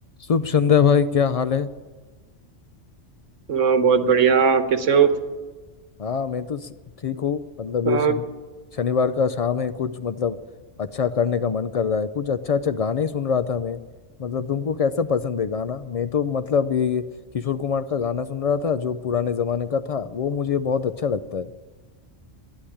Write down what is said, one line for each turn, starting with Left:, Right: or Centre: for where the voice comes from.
Left: शुभ संध्या भाई क्या हाल है
Right: अ, बहुत बढ़िया कैसे हो
Left: हाँ मैं तो स- ठीक हूँ मतलब
Right: अ,
Left: ये शनि शनिवार का शाम है कुछ मतलब अच्छा करने का मन कर रहा है कुछ अच्छा अच्छा गाने ही सुन रहा था मैं मतलब तुमको कैसा पसंद है गाना मैं तो मतलब ये किशोर कुमार का गाना सुन रहा था जो पुराने जमाने का था वो मुझे बहुत अच्छा लगता है